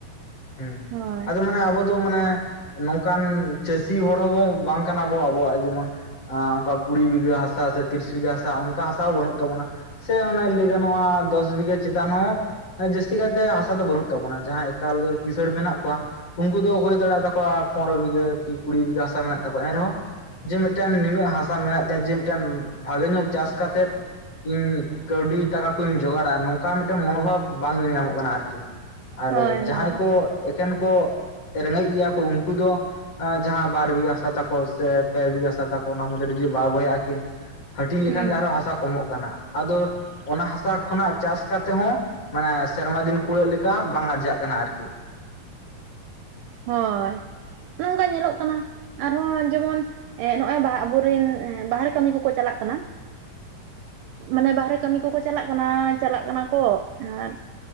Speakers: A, on the left; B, on the right.
A: ᱦᱮᱸ᱾
B: ᱦᱳᱭ
A: ᱟᱫᱚ ᱢᱟᱱᱮ ᱟᱵᱚ ᱫ ᱫᱚ ᱢᱟᱱᱮ ᱱᱚᱝᱠᱟᱱ ᱪᱟᱹᱥᱤ ᱦᱚᱲ ᱦᱚᱸᱵᱚ ᱵᱟᱝ ᱠᱟᱱᱟ ᱵᱚ ᱟᱵᱚᱣᱟᱜ ᱡᱮᱢᱚᱱ ᱚᱱᱠᱟ ᱠᱩᱲᱤ ᱵᱤᱜᱷᱟᱹ ᱦᱟᱥᱟ ᱥᱮ ᱛᱤᱨᱤᱥ ᱵᱤᱜᱷᱟᱹ ᱦᱟᱥᱟ ᱚᱱᱠᱟ ᱦᱟᱥᱟ ᱦᱚᱸ ᱵᱟᱹᱱᱩᱜ ᱛᱟᱵᱚᱱᱟ᱾ ᱥᱮ ᱚᱱᱮ ᱞᱟᱹᱭ ᱜᱟᱱᱚᱜᱼᱟ ᱫᱚᱥ ᱵᱤᱜᱷᱟᱹ ᱪᱮᱛᱟᱱ ᱦᱚᱸ ᱟ ᱡᱟᱹᱥᱛᱤ ᱠᱟᱭᱛᱮ ᱦᱟᱥᱟ ᱫᱚ ᱵᱟᱹᱱᱩᱜ ᱛᱟᱵᱚᱱᱟ᱾ ᱡᱟᱦᱟᱸᱭ ᱮᱠᱟᱞ ᱜᱮ ᱠᱤᱥᱟᱹᱲ ᱢᱮᱱᱟᱜ ᱠᱚᱣᱟ, ᱩᱱᱠᱩ ᱫᱚ ᱦᱳᱭ ᱫᱟᱲᱮ ᱛᱟᱠᱚᱣᱟ ᱯᱚᱱᱮᱨᱚ ᱵᱤᱜᱷᱟᱹ ᱠᱤ ᱠᱩᱲᱤ ᱵᱤᱜᱷᱟᱹ ᱦᱟᱥᱟ ᱢᱮᱱᱟᱜ ᱛᱟᱠᱚᱣᱟ᱾ ᱮᱱᱨᱮᱦᱚᱸ ᱡᱮ ᱢᱤᱫᱴᱮᱱ ᱱᱤᱱᱟᱹᱜ ᱦᱟᱥᱟ ᱢᱮᱱᱟᱜ ᱛᱤᱧᱟ ᱡᱮ ᱢᱤᱫᱴᱮᱱ ᱵᱷᱟᱜᱮ ᱧᱚᱜ ᱪᱟᱥ ᱠᱟᱛᱮᱫ ᱤᱧ ᱠᱟᱹᱣᱰᱤ ᱴᱟᱠᱟ ᱠᱚᱧ ᱡᱚᱜᱟᱲᱟ, ᱱᱚᱝᱠᱟ ᱢᱤᱫᱴᱮᱱ ᱢᱚᱱᱳᱵᱷᱟᱵᱽ ᱵᱟᱝ ᱧᱮᱞ ᱧᱟᱢᱚᱜ ᱠᱟᱱᱟ ᱟᱨᱠᱤ᱾ ᱟᱨ
B: ᱦᱳᱭ
A: ᱡᱟᱦᱟᱸᱭ
B: ᱦᱳᱭ
A: ᱠᱚ ᱮᱠᱷᱮᱱ ᱠᱚ ᱨᱮᱸᱜᱮᱡ ᱜᱮᱭᱟ ᱠᱚ ᱩᱱᱠᱩ ᱫᱚ ᱡᱟᱦᱟᱸ ᱵᱟᱨ ᱵᱤᱜᱷᱟᱹ ᱦᱟᱥᱟ ᱛᱟᱠᱚ ᱥᱮ ᱯᱮ ᱵᱤᱜᱷᱟᱹ ᱦᱟᱥᱟ ᱛᱟᱠᱚ ᱚᱱᱟ ᱢᱚᱫᱽᱫᱷᱮ ᱨᱮ ᱡᱩᱫᱤ ᱵᱟᱨ ᱵᱚᱭᱦᱟ ᱟᱹᱠᱤᱱ ᱦᱟᱹᱴᱤᱧ ᱞᱮᱠᱷᱟᱱ
B: ᱦᱩᱸ
A: ᱜᱮ ᱟᱨᱦᱚᱸ ᱦᱟᱥᱟ ᱠᱚᱢᱚᱜ ᱠᱟᱱᱟ᱾ ᱟᱫᱚ ᱚᱱᱟ ᱦᱟᱥᱟ ᱠᱷᱚᱱᱟᱜ ᱪᱟᱥ ᱠᱟᱛᱮ ᱦᱚᱸ ᱢᱟᱱᱮ ᱥᱮᱨᱢᱟ ᱫᱤᱱ ᱠᱩᱲᱟᱹᱜ ᱞᱮᱠᱟ ᱵᱟᱝ ᱟᱨᱡᱟᱜ ᱠᱟᱱᱟ ᱟᱨᱠᱤ᱾ ᱪᱮᱫ?
B: ᱦᱳᱭ, ᱱᱚᱝᱠᱟ ᱧᱮᱞᱚᱜ ᱠᱟᱱᱟ᱾ ᱟᱨᱦᱚᱸ ᱡᱮᱢᱚᱱ ᱮᱸ ᱱᱚᱜᱚᱭ ᱵᱟᱦᱟ ᱟᱵᱚᱨᱮᱱ ᱮᱸ ᱵᱟᱦᱨᱮ ᱠᱟᱹᱢᱤ ᱠᱚᱠᱚ ᱪᱟᱞᱟᱜ ᱠᱟᱱᱟ᱾ ᱢᱟᱱᱮ ᱵᱟᱦᱨᱮ ᱠᱟᱹᱢᱤ ᱠᱚᱠᱚ ᱪᱟᱞᱟᱜ ᱠᱟᱱᱟ ᱪᱟᱞᱟᱜ ᱠᱟᱱᱟ ᱠᱚ ᱟᱨ